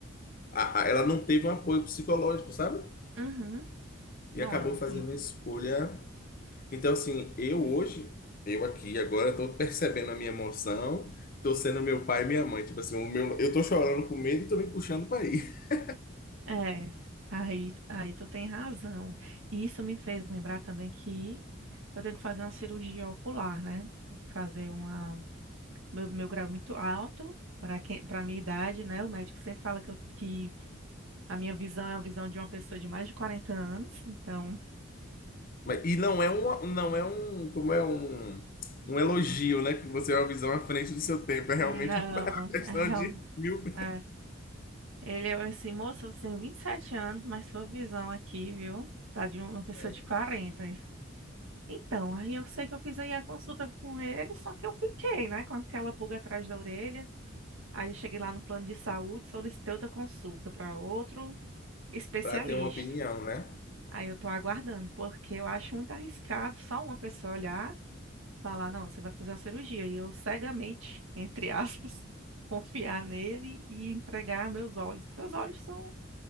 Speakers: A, on the left (about 45°); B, on the right (about 85°).
A: A- a- Ela não teve um apoio psicológico, sabe?
B: Uhum,
A: e
B: não,
A: acabou
B: é.
A: fazendo a escolha. Então, assim, eu hoje, eu aqui agora, estou percebendo a minha emoção, estou sendo meu pai e minha mãe. Tipo assim, o meu, eu estou chorando com medo e estou me puxando para ir. <laughs>
B: É, aí, aí tu tem razão. E isso me fez lembrar também que eu tenho que fazer uma cirurgia ocular, né? Tenho que Fazer uma. Meu, meu grau é muito alto para quem, para minha idade, né? O médico sempre fala que, eu- que a minha visão é a visão de uma pessoa de mais de quarenta anos. Então,
A: Mas, e não é uma, não é um, como é um, um elogio, né? Que você é uma visão à frente do seu tempo. É realmente
B: não,
A: <laughs> uma questão
B: <laughs> é, real-
A: de mil
B: é. Ele é assim, moça, você tem 27 anos, mas sua visão aqui, viu? Tá de uma pessoa
A: <laughs>
B: de 40. Então, aí eu sei que eu fiz aí a consulta com ele, só que eu fiquei, né, com aquela pulga atrás da orelha. Aí eu cheguei lá no plano de saúde, solicitei outra consulta para outro especialista.
A: para ter uma opinião, né?
B: Aí eu tô aguardando, porque eu acho muito arriscado só uma pessoa olhar, falar, não, você vai fazer uma cirurgia, e eu cegamente, entre aspas, <laughs> confiar nele e entregar meus olhos, porque os olhos são,